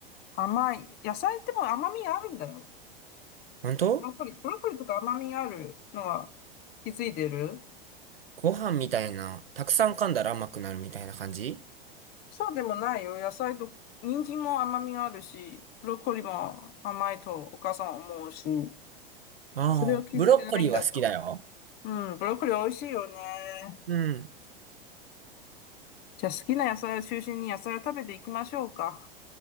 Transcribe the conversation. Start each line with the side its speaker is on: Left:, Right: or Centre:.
Left: 甘い。野菜ってもう甘みあるんだよ。
Right: 本当
Left: ブロッコリー、ブロッコリーとか甘みあるのは気づいてる
Right: ご飯みたいな、たくさん噛んだら甘くなるみたいな感じ
Left: そうでもないよ。野菜と、人参も甘みあるし、ブロッコリーも甘いとお母さんは思うし、
Right: ああ、
Left: それを気づいてないんだったら。
Right: ブロッコリーは好きだよ。
Left: うん、ブロッコリー美味しいよね。
Right: うん。
Left: じゃあ好きな野菜を中心に野菜を食べていきましょうか。